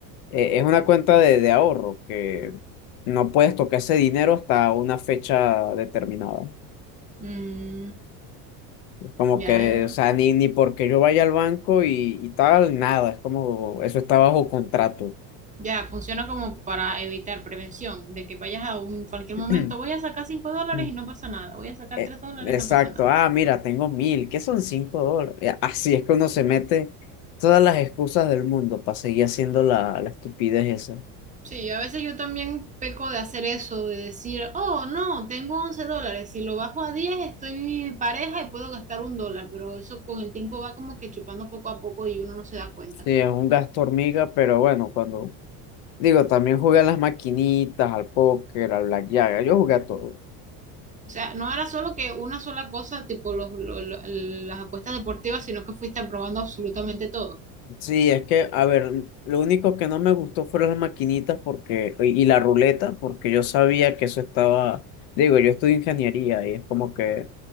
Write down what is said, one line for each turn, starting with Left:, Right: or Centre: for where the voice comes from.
Left: Eh, es una cuenta de, de ahorro que no puedes tocar ese dinero hasta una fecha determinada.
Right: Mm,
Left: Como
Right: ya,
Left: que, o sea, ni, ni porque yo vaya al banco y, y tal, nada, es como, eso está bajo contrato.
Right: ya, funciona como para evitar prevención, de que vayas a un cualquier momento,
Left: <clears throat>
Right: voy a sacar cinco dólares
Left: Mm.
Right: y no pasa nada, voy a sacar
Left: Eh,
Right: 3 dólares
Left: exacto,
Right: y no pasa nada.
Left: ah, mira, tengo mil, ¿qué son cinco dólares? Ya, Así es que uno se mete todas las excusas del mundo para seguir haciendo la, la estupidez esa.
Right: Sí, a veces yo también peco de hacer eso, de decir, oh, no, tengo 11 dólares, si lo bajo a 10, estoy pareja y puedo gastar un dólar, pero eso con el tiempo va como que chupando poco a poco y uno no se da cuenta.
Left: Sí, es un gasto hormiga, pero bueno, cuando, digo, también jugué a las maquinitas, al póker, al blackjack, yo jugué a todo.
Right: O sea, no era solo que una sola cosa, tipo los- lo- lo- las apuestas deportivas, sino que fuiste probando absolutamente todo.
Left: Sí, es que, a ver, lo único que no me gustó fueron las maquinitas porque, y y la ruleta, porque yo sabía que eso estaba, digo, yo estudio ingeniería y es como que